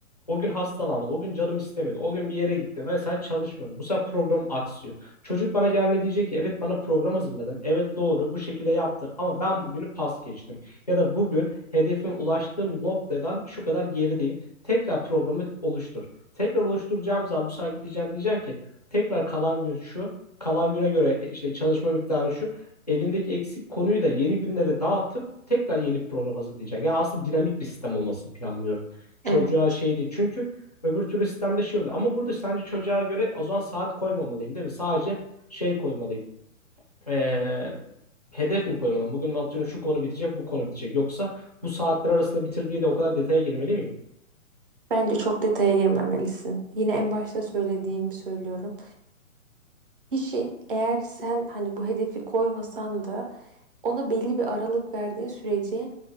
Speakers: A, on the left; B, on the right.
A: O gün hastalandım. O gün canım istemedi. O gün bir yere gittim ve sen çalışmadın. Bu sefer program aksıyor. Çocuk bana geldiğinde diyecek ki evet bana program hazırladın. Evet doğru bu şekilde yaptım ama ben bugünü pas geçtim. Ya da bugün hedefime ulaştığım noktadan şu kadar gerideyim. Tekrar programı oluştur. Tekrar oluşturacağım zaman bu sefer gideceğim diyeceğim ki tekrar kalan gün şu, kalan güne göre e, işte çalışma miktarı şu. Elindeki eksik konuyu da yeni günlere dağıtıp tekrar yeni bir program hazırlayacak. Yani aslında dinamik bir sistem olmasını planlıyorum. Çocuğa
B: Evet.
A: şey değil. Çünkü öbür türlü sistemde şey oluyor. Ama burada sence çocuğa göre o zaman saat koymamalıyım değil mi? Sadece şey koymalıyım. Ee, hedef mi koymalıyım? Bugün atıyorum şu konu bitecek, bu konu bitecek. Yoksa bu saatler arasında bitir diye de o kadar detaya girmeli miyim?
B: Bence çok detaya girmemelisin. Yine en başta söylediğimi söylüyorum. Kişi eğer sen hani bu hedefi koymasan da ona belli bir aralık verdiğin sürece